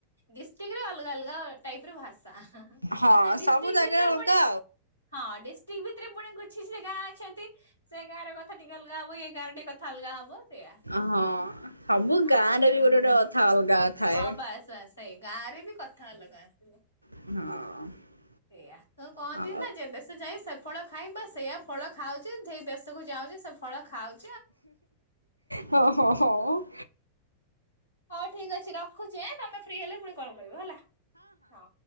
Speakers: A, on the left; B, on the right.
A: ଡିଷ୍ଟ୍ରିକ ରେ ଅଲଗା ଅଲଗା ଟାଇପ ର ଭାଷା।
B: ହଁ
A: ସେ ଡିଷ୍ଟ୍ରିକ୍
B: ସବୁ ଜାଗାରେ
A: ଭିତରେ
B: ଅଲଗା
A: ପୁଣି ହଁ ଡି ଷ୍ଟିକ୍ ଭିତରେ ପୁଣି କିଛି ସେ ଗାଁ ଅଛନ୍ତି ସେ ଗାଁ ର କଥା ଟିକେ ଅଲଗା ହବ ଏ ଗାଁର ଟି ଅଲଗା ହବ। ସେଇଆ।
B: ଅହଁ ସବୁ ଗାଁରେ
A: ଆଉ
B: ବି ଗୋଟେ ଗୋଟେ କଥା ଅଲଗା। ଥାଏ।
A: ହଁ ବାସ୍ ବାସ୍ ସେଇ ଗାଁ ରେ ବି କଥା ଅଲଗା ଆସିବ।
B: ହଁ
A: ସେଇଆ ଯୋ କହନ୍ତି
B: ହଉ
A: ନା ଯେ ଦେଶେ ଯାଇ ସେ ଫଳ ଖାଇବା ସେଇୟା ଫଳ ଖାଉଛି ସେ ଦେଶକୁ ଯାଉଛି ସେ ଫଳ ଖାଉଛି
B: ହଁ ହଁ ହଁ <inaudible>
A: ହଉ ଠିକ ଅଛି ରଖୁଛି ଏଁ ତମେ ଫ୍ରି ହେଲେ ପୁଣି କଲ୍ କରିବ ହେଲା ହଁ।